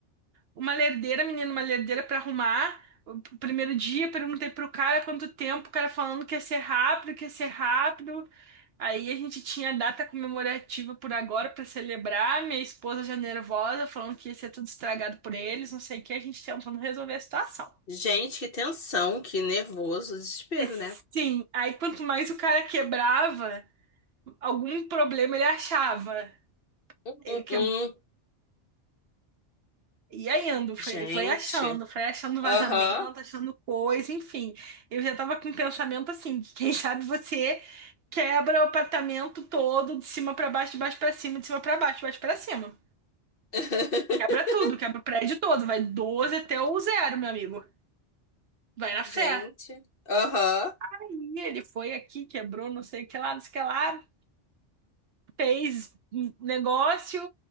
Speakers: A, on the right; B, on the left.
A: Uma lerdeira, menina, uma lerdeira pra arrumar. O primeiro dia, perguntei pro cara quanto tempo, o cara falando que ia ser rápido, que ia ser rápido. Aí a gente tinha a data comemorativa por agora pra celebrar. Minha esposa já nervosa, falando que ia ser tudo estragado por eles, não sei o que, a gente tentando resolver a situação.
B: Gente, que tensão, que nervoso, desespero,
A: É,
B: né?
A: Sim, aí quanto mais o cara quebrava, algum problema ele achava.
B: Hum,
A: Ele
B: hum,
A: que...
B: hum.
A: ia indo, foi,
B: Gente.
A: foi achando, foi achando
B: Aham.
A: vazamento, achando coisa, enfim. Eu já tava com um pensamento assim, que quem <laughs> sabe você quebra o apartamento todo, de cima pra baixo, de baixo pra cima, de cima pra baixo, de baixo pra cima.
B: <laughs>
A: Quebra tudo, quebra o prédio todo, vai 12 até o zero, meu amigo. Vai na
B: Gente.
A: fé.
B: Aham.
A: Aí ele foi aqui, quebrou, não sei o que lá, não sei o que lá. fez um negócio,